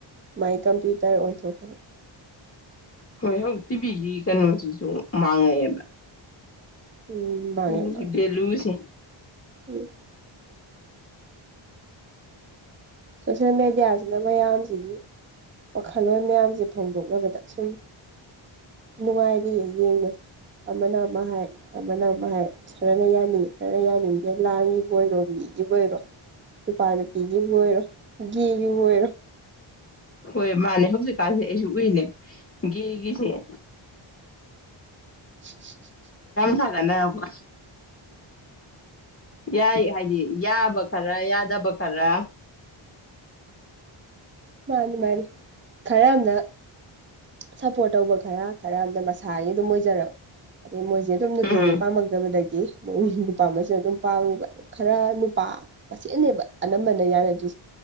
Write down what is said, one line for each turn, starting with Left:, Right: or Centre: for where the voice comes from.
Right: ꯃꯥꯏ ꯀꯝꯄ꯭ꯌꯨꯇꯔ ꯑꯣꯟꯊꫭꯛꯈꯔꯦ
Left: ꯍꯣꯏ ꯍꯧ ꯇꯤꯚꯤꯒꯤ ꯀꯩꯅꯣꯁꯤꯁꯨ ꯃꯥꯡꯉꯛꯑꯦꯕ
Right: ꯎꯝ ꯕꯥꯉꯦ
Left: ꯇꯤꯚꯤꯒꯤ
Right: ꯃꯥꯡꯉꯦ
Left: ꯚꯦꯂꯨꯁꯦ
Right: ꯎꯝ ꯁꯣꯁꯦꯜ ꯃꯦꯗꯤꯌꯥꯁꯤꯅ ꯃꯌꯥꯝꯁꯤꯒꯤ ꯋꯥꯈꯜꯂꯣꯟ ꯃꯌꯥꯝꯁꯦ ꯐꯣꯡꯗꯣꯛꯅꯕꯗ ꯁꯨꯝ ꯅꯨꯡꯉꯥꯏꯔꯤꯌꯦ ꯌꯦꯡꯕꯁꯦ ꯑꯃꯅ ꯑꯃ ꯍꯥꯏ ꯑꯃꯅ ꯑꯃ ꯍꯥꯏ ꯈꯔꯅ ꯌꯥꯅꯤꯡꯉꯤ ꯈꯔꯅ ꯌꯥꯅꯤꯡꯗꯦ ꯂꯥꯟꯒꯤꯕꯨ ꯑꯣꯏꯔꯣ ꯃꯤꯒꯤꯕꯨ ꯑꯣꯏꯔꯣ ꯅꯨꯄꯥ ꯅꯨꯄꯤꯒꯤꯕꯨ ꯑꯣꯏꯔꯣ ꯒꯦꯒꯤꯕꯨ ꯑꯣꯏꯔꫭ
Left: ꯍꯣꯏ ꯃꯥꯅꯦ ꯍꯧꯖꯤꯛ ꯀꯥꯏꯁꯦ ꯑꯩꯁꯨ ꯎꯏꯅꯦ ꯒꯦꯒꯤꯁꯦ <unintelligible>
Right: <unintelligible>
Left: ꯊꯥꯒꯠꯅꯔꯛꯄ ꯌꯥꯏ ꯍꯥꯏꯗꯤ ꯌꯥꯕ ꯈꯔ ꯌꯥꯗꯕ ꯈꯔ
Right: ꯃꯥꯅꯤ ꯃꯥꯅꯤ ꯈꯔꯝꯅ ꯁꯞꯄꯣꯔꯠ ꯇꯧꯕ ꯈꯔ ꯈꯔ ꯑꯃꯝꯅ ꯊꯥꯒꯤ ꯑꯗꯨꯝ ꯑꯣꯏꯖꯔꯕ ꯑꯗꯩ ꯃꯣꯏꯁꯦ ꯑꯗꯨꯝ ꯅꯨꯄꯤꯁꯦ
Left: ꯎꯝ
Right: ꯄꯥꯝꯃꯛꯇꯕꯗꯒꯤ ꯃꯣꯏ ꯅꯨꯄꯥꯃꯅ ꯑꯗꯨꯝ ꯄꯥꯝꯏꯕ ꯈꯔ ꯄ ꯑꯁꯤꯅꯦꯕ ꯑꯅꯝꯕꯅ ꯌꯥꯅꯗ꯭ꯔꯤꯁꯦ